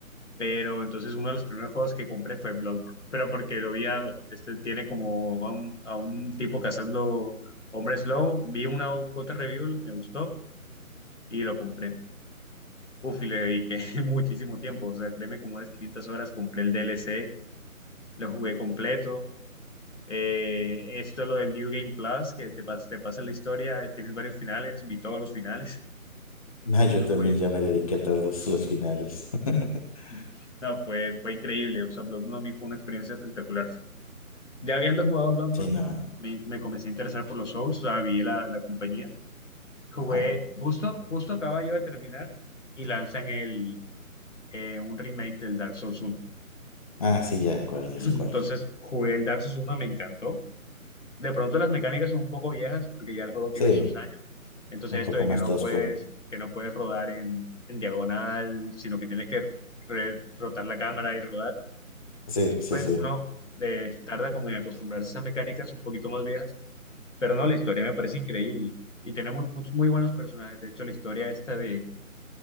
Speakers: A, on the left; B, on the left.
A: Pero entonces uno de los primeros juegos que compré fue Bloodborne. Pero porque lo vi, a- este tiene como a un, a un tipo cazando hombres lobo. Vi una o- otra review, me gustó y lo compré. Uf, y le dediqué <laughs> muchísimo tiempo. O sea, créeme, como unas 500 horas compré el DLC, lo jugué completo. Eh, esto, lo del New Game Plus, que te, pas- te pasa la historia, tienes varios finales, vi todos los finales. <laughs>
B: No, yo
A: No,
B: también
A: fue,
B: ya me dediqué a todos los finales. <laughs>
A: <clears throat> no, fue, fue increíble. O sea, Bloodborne a mí fue una experiencia espectacular. Ya habiendo jugado Bloodborne,
B: Sí, no.
A: me, me comencé a interesar por los Souls, o sea, vi la, la compañía. Jugué,
B: Ajá.
A: justo, justo acaba yo de terminar y lanzan el, eh, un remake del Dark Souls uno,
B: Ah, sí, ya cuál, ya
A: Entonces
B: sé cuál.
A: jugué el Dark Souls uno, me encantó. De pronto las mecánicas son un poco viejas porque ya el juego tiene
B: Sí,
A: sus años. Entonces
B: un
A: esto
B: poco
A: de
B: más
A: que no
B: tosco.
A: puedes, que no puedes rodar en, en diagonal, sino que tienes que re- rotar la cámara y rodar,
B: Sí, sí,
A: pues
B: sí.
A: uno le tarda como en acostumbrarse a esas mecánicas un poquito más viejas Pero no, la historia me parece increíble y tiene muy, muchos muy buenos personajes. De hecho, la historia esta de,